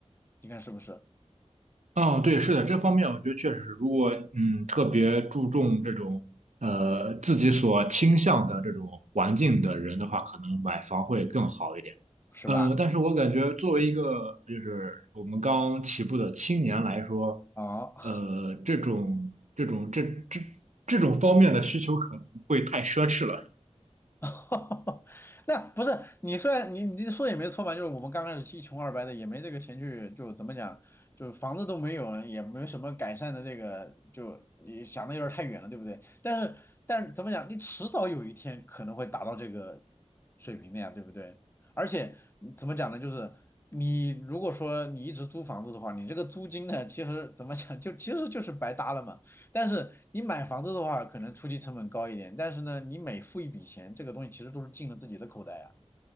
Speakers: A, on the left; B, on the right.
A: 你看是不是？
B: 哦，对，是的，这方面我觉得确实是，如果嗯特别注重这种呃自己所倾向的这种环境的人的话，可能买房会更好一点。
A: 是吧？
B: 呃，但是我感觉作为一个就是我们刚起步的青年来说，
A: 好。
B: 呃，这种这种这这这种方面的需求可能会太奢侈了。
A: <laughs> 那不是你虽然你你说也没错嘛，就是我们刚开始一穷二白的，也没这个钱去，就怎么讲，就是房子都没有，也没什么改善的这个，就你想的有点太远了，对不对？但是但是怎么讲，你迟早有一天可能会达到这个水平的呀，对不对？而且怎么讲呢，就是你如果说你一直租房子的话，你这个租金呢，其实怎么讲，就其实就是白搭了嘛。但是你买房子的话，可能初期成本高一点，但是呢，你每付一笔钱，这个东西其实都是进了自己的口袋啊，